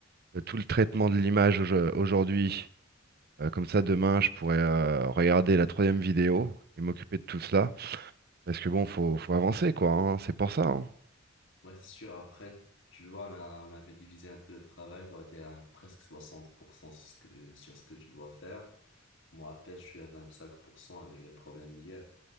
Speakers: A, on the right; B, on the left.
A: de tout le traitement de l'image au- aujourd'hui. Euh, comme ça, demain, je pourrais euh, regarder la troisième vidéo et m'occuper de tout cela. Parce que bon, faut, faut avancer, quoi. hein, C'est pour ça. hein.
B: Ouais, c'est sûr. Après, tu vois, on a, on avait divisé un peu le travail. Toi, t'es à presque 60% ce que- sur ce que tu dois faire. Moi, à peine, je suis à 25% avec les problèmes d'hier.